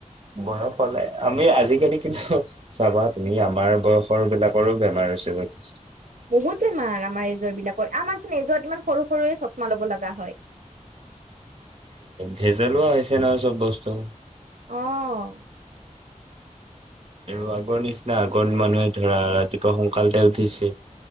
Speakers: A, on the right; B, on the right.
A: বয়স হলে আমি আজিকালি কিন্তু চাবা তুমি আমাৰ বয়সৰ বিলাকৰো বেমাৰ হৈছে যথেষ্ট।
B: বহুত বেমাৰ আমাৰ এজ'ৰ বিলাকৰ, আমাৰচোন এজ'ত ইমান সৰু-সৰুয়ে চচমা লব লগা হয়।
A: ভেজলুৱা হৈছে নহয় চব বস্তু।
B: অঁ।
A: আৰু আগৰ নিচিনা, আগত মানুহে ধৰা ৰাতিপুৱা সোনকালতে উঠিছে।